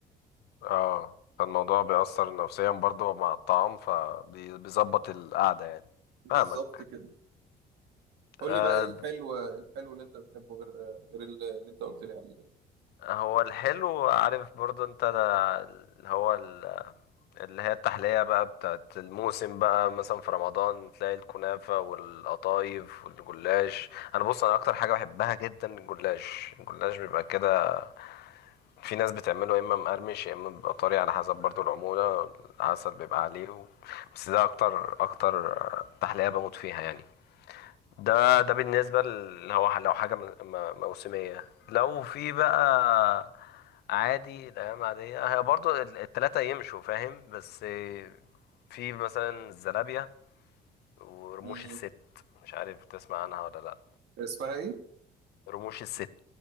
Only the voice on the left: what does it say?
اه فالموضوع بيأثر نفسيا برضو مع الطعام فبيظبط القعدة يعني
فاهمك
آه،
هو الحلو عارف برضو انت ده- هو اللي هي التحلية بقى بتاعت الموسم بقى مثلا في رمضان تلاقي الكنافة والقطايف والجلاش انا بص انا اكتر حاجة بحبها جدا الجلاش الجلاش بيبقى كده في ناس بتعمله يا اما مقرمش يا اما بيبقى طري على حسب برضو العمولة العسل بيبقى عليه و... بس ده اكتر اكتر تحلية بموت فيها يعني ده ده بالنسبة اللي هو لو حاجة م- م- موسمية لو في بقى عادي الأيام عادية هي برضو ال- التلاتة يمشوا فاهم بس في مثلا الزلابية ورموش
الست مش عارف تسمع عنها ولا لأ
رموش الست